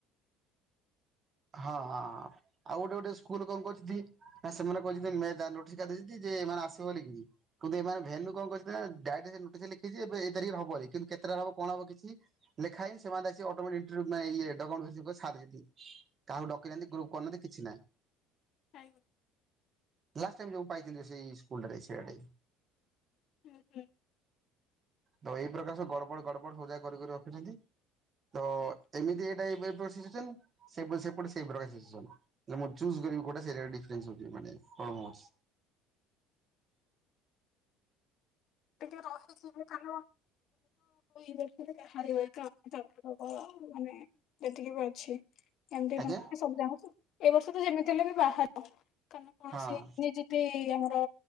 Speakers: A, on the right; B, on the left.
A: ହଁ ହଁଁ ଆଉ ଗୋଟେ ଗୋଟେ ସ୍କୁଲ କଣ କରିଚିତି ନା ସେମାନେ କହିଚିତି ମେ ଦା ନୋଟିସ୍ ଦେଇଚିତି ଯେ ଏମାନେ ଆସିବେ ବୋଲିକିରି କିନ୍ତୁ ଏମାନେ ଭେନୁ କଣ କରିଛନ୍ତି ନା ଡାଇରେକ୍ଟ ସେ ନୋଟିସ୍ ରେ ଲେଖିଛି ଏଇ ତାରିଖ ରେ ହବ କିନ୍ତୁ କେତେଟାରେ ହବ କଣହବ କିଛି ଲେଖା ହେଇନି ସେମାନେ ଆସି ଅଟୋମେଟିକ ଇଣ୍ଟର୍ଭ୍ୟୁ ମାନେ ଇଏ ଏଟାକଣ ଯୁକ ସାରିସିତି। କାହାକୁ ଡକେଇନାହାନ୍ତି ଗ୍ରୁପ୍ କରିନାହାନ୍ତି କିଛି ନାହିଁ।
B: ଆଜ୍ଞା।
A: ଲାଷ୍ଟ ଟାଇମ୍ ଯୋଉ ମୁଁ ପାଇଥିଲି ସେଇ ସ୍କୁଲଟାରେ ସିଆଡ଼େ।
B: ହୁଁ ହୁଁ।
A: ତ ଏଇ ପ୍ରକାର ସବୁ ଗଡ଼ବଡ଼ ଗଡ଼ବଡ଼ ସବୁଯାକ କରିିକି ରଖିଛନ୍ତି। ତ ଏମିତି ଏଇଟା ଏବେ ପ୍ରସି <inaudible> ସେଈପଟ ସେଇପଟ ସେଇପଟ <inaudible> କଉଟା
B: ଟିକି ରହିଯିବି ତାଙ୍କ ବର୍ଷରେ ଯାହାର ଲ ମାନେ। <inaudible> ଯେତିକି ବି ଅଛି ଏମିତି
A: ଆଜ୍ଞା
B: ଭ ସବୁ ଜାଗ ତ ଏଇ ବର୍ଷ ତ ଯେମିତି ହେଲେ ବି ବାହାର। କାରଣ କୌଣସି
A: ହଁ।
B: ନିଯୁତି ଆମର